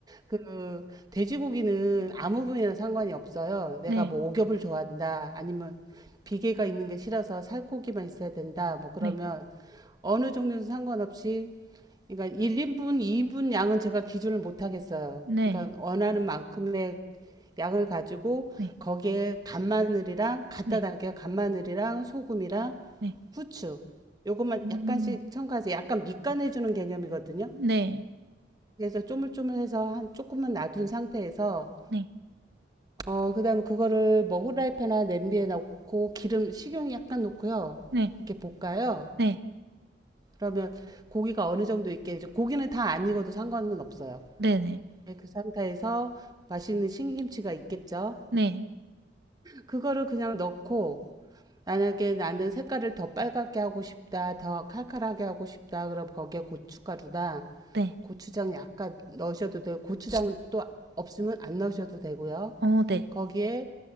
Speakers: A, on the right (about 20°); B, on the right (about 60°).
A: 그 돼지고기는 아무 부위나 상관이 없어요. 내가
B: 네,
A: 뭐 오겹을 좋아한다, 아니면 비계가 있는 게 싫어서 살코기만 있어야 된다. 뭐 그러면
B: 네,
A: 어느 종류는 상관없이 그러니까 1인분, 2인분 양은 제가 기준을 못 하겠어요.
B: 네,
A: 그러니까 원하는 만큼의 양을 가지고
B: 네,
A: 거기에 간마늘이랑 갖다
B: 네,
A: 담겨 간마늘이랑 소금이랑
B: 네,
A: 후추 요것만
B: 음,
A: 약간씩 첨가해서 약간 밑간해 주는 개념이거든요.
B: 네,
A: 그래서 쪼물쪼물해서 한 조금만 놔둔 상태에서
B: 네,
A: 어 그다음에 그거를 뭐 후라이팬이나 냄비에 넣고 기름 식용 약간 넣고요.
B: 네,
A: 이렇게 볶아요.
B: 네,
A: 그러면 고기가 어느 정도 있게 이제 고기는 다 안 익어도 상관은 없어요.
B: 네,
A: 네, 그 상태에서 맛있는 신김치가 있겠죠.
B: 네, 네,
A: 그거를 그냥 넣고 만약에 나는 색깔을 더 빨갛게 하고 싶다, 더 칼칼하게 하고 싶다, 그럼 거기에 고춧가루다.
B: 네,
A: 고추장 약간 넣으셔도 되고, 고추장은 또 없으면 안 넣으셔도 되고요.
B: 어, 네.
A: 거기에